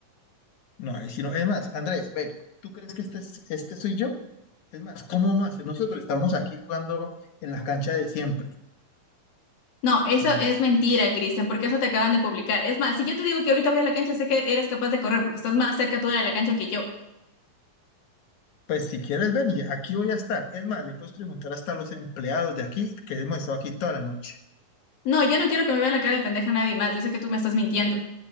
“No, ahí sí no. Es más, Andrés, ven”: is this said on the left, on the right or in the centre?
Left